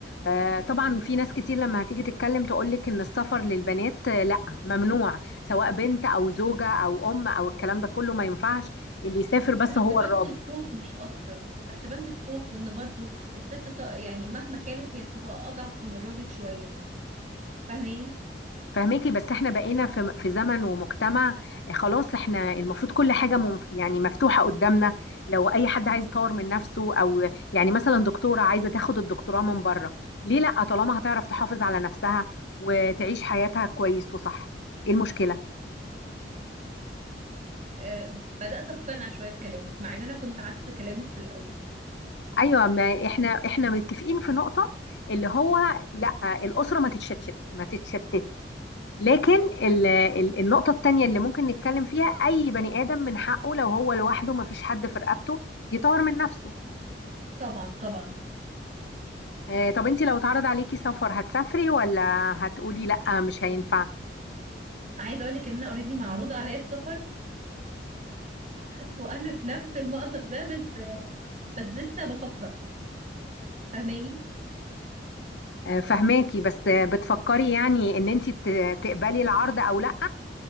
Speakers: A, on the left; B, on the right.
A: آه، طبعا في ناس كتير لما هتيجي تتكلم تقولك ان السفر للبنات آه، لا ممنوع سواء بنت او زوجة او ام او الكلام ده كله ما ينفعش اللي يسافر بس
B: تحت
A: هو
B: بند
A: الراجل
B: الخوف مش اكتر تحت بند الخوف وان برضو الست ط- يعني مهما كانت هي بتبقى اضعف من الراجل شوية فاهماني
A: فهماكي بس احنا بقينا في في زمن ومجتمع آه، خلاص احنا المفروض كل حاجة منف يعني مفتوحة قدامنا لو اي حد عايز يطور من نفسه او يعني مثلا دكتورة عايزة تاخد الدكتوراه من بره ليه لا طالما هتعرف تحافظ على نفسها وتعيش حياتها كويس وصح ايه المشكلة
B: آه بدأت اقتنع شوية بكلامك مع ان انا كنت عكس كلامك في الاول
A: ايوه ما احنا احنا متفقين في نقطه اللي هو لا الاسره ما تتشتت ما تتشتت لكن ال ال النقطه التانيه اللي ممكن نتكلم فيها اي بني ادم من حقه لو هو لوحده ما فيش حد في رقبته يطور من نفسه
B: طبعا طبعا
A: آه طب انت لو اتعرض عليكي سفر هتسافري ولا هتقولي لا مش هينفع
B: عايزة اقول لك ان انا اوريدي معروض عليا السفر <laughs> وانا في نفس المأزق ده بس آه، بس لسه بفكر فاهماني
A: آه فهماكي بس بتفكري يعني ان انت ت- تقبلي العرض او لا